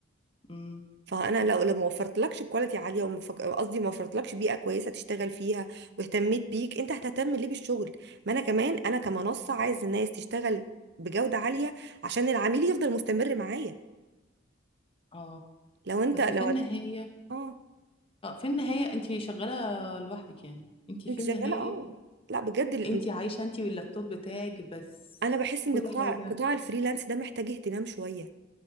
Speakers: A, on the left; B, on the right.
A: امم
B: فانا لو لو ما وفرتلكش كواليتي عاليه وما فك- قصدي ما وفرتلكش بيئه كويسه تشتغل فيها واهتميت بيك انت هتهتم ليه بالشغل ما انا كمان انا كمنصه عايز الناس تشتغل بجوده عاليه عشان العميل يفضل مستمر معايا
A: اه
B: لو انت
A: بس
B: لو
A: في النهاية
B: اه
A: اه في النهاية انت شغالة لوحدك يعني انت في
B: انت شغاله
A: النهاية
B: اه لا بجد ال-
A: انت عايشة انت واللابتوب بتاعك بس
B: انا بحس
A: كل
B: ان قطاع
A: حاجة
B: قطاع الفريلانس ده محتاج اهتمام شويه